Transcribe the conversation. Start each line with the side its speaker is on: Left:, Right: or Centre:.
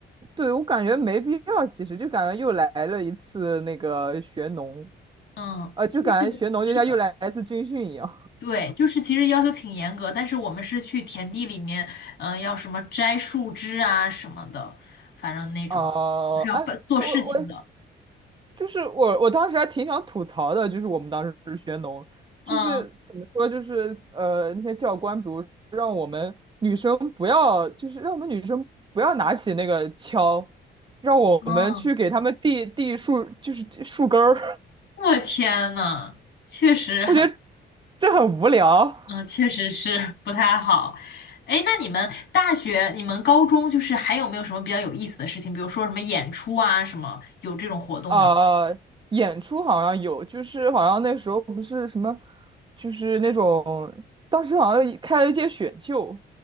Right: 对，我感觉没必要，其实就感觉又来了一次那个学农，
Left: 嗯。
Right: 呃，就感觉学农就像又来一次军训一样。
Left: 是的。对，就是其实要求挺严格，但是我们是去田地里面，嗯、要什么摘树枝啊什么的，反正那种就是要办做事情的。
Right: 哦、哎，我我就是我，我当时还挺想吐槽的，就是我们当时学农，就是怎么说，
Left: 嗯
Right: 就是呃，那些教官，比如让我们女生不要，就是让我们女生不要拿起那个锹，让我们去给他们递递树，
Left: 嗯，
Right: 就是树根儿，
Left: 我天呐，确实，
Right: <laughs> 我觉得这很无聊。
Left: 嗯，确实是 <laughs> 不太好。哎，那你们大学、你们高中就是还有没有什么比较有意思的事情？比如说什么演出啊，什么有这种活动吗？
Right: 呃，演出好像有，就是好像那时候不是什么，就是那种当时好像开了一届选秀，